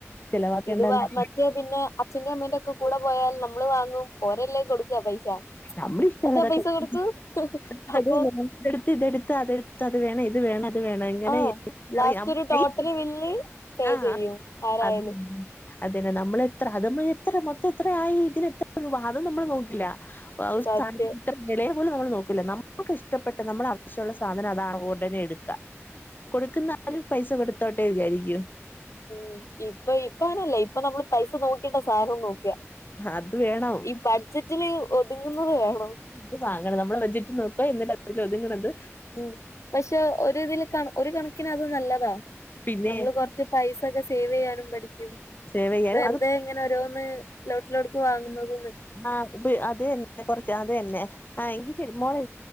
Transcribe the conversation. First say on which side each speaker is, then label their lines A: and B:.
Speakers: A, on the left (about 40°); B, on the left (about 75°).
A: ചെലവാക്കേണ്ടെന്ന്
B: ഇത് വ മറ്റേ പിന്നെ അച്ഛൻ്റെ അമ്മേൻ്റൊക്കം. കൂടെ പോയാൽ നമ്മള് വാങ്ങും ഓരെല്ലേ കൊടുക്കുക പൈസ.
A: നമ്മളിഷ്ടള്ളതൊക്കെ
B: അച്ഛാ പൈസ
A: <unintelligible>
B: കൊടുക്കൂ
A: അതെടുത്ത്
B: അപ്പൊ
A: ഇതെട്ത്ത് അതെട് ത്തത് വേണം ഇത് വേണം അത് വേണയ്. ങ്ങനെ
B: ആഹ്
A: ഇ
B: ലാസ്റ്റ്
A: അറിയാം
B: ഒരു ടോട്ടൽ
A: എയ്സ്
B: ബില്ല് പേ
A: ആഹ്
B: ചെയ്യും ആരായാലും
A: അ അതന്നെ നമ്മളെത്ര അതമ്മ എത്ര മൊത്തം എത്ര ആയി ഇതിന് എത്ര രൂപ അതും നമ്മള് നോക്കില്ല. <unintelligible> സ്താ
B: സത്യം
A: ത്ര വെലയെ പോലും നമ്മള് നോക്കൂല്ല നമ്മക്ക് ഇഷ്ടപ്പെട്ട നമ്മളാവശ്യള്ള സാധനം അതാണ് ഉടനെ എടുക്ക. കൊടുക്കുന്നാലും പൈസ കൊടുത്തോട്ടെ വിജാരിക്കും.
B: ഉം ഇപ്പ ഇപ്പ അങ്ങനല്ലേ ഇപ്പൊ നമ്മള് പൈസ നോക്കിയിട്ട സാധനം നോ ക്ക
A: അത് വേണം
B: ഈ ബഡ്ജറ്റില് ഒതുങ്ങുന്നത് വേണം.
A: ഇത് വാങ്ങണം നമ്മള് ബഡ്ജറ്റ് നോക്കാ എന്നിട്ട് അതിൽ ഒതുങ്ങ്ണത്.
B: ഉം പക്ഷെ ഒര് ഇതില് കൺ ഒരു കണക്കിന് അത് നല്ലതാ
A: പിന്നെ
B: നമ്മള് കൊറച്ച്. പൈസൊക്കെ സേവെയ്യാനും പഠിക്കും
A: സേവ് ചെയ്യാനും
B: വെർതെ
A: അത്
B: ഇങ്ങനെ ഓരോന്ന്. ലോട്ടിലോട്ക്ക് വാങ്ങുന്നതൊന്നെ.
A: ആഹ്. പ്പ് അത് തന്നെ കൊറച്ച് അത് തന്നെ ആ എങ്കിശരി മോളെ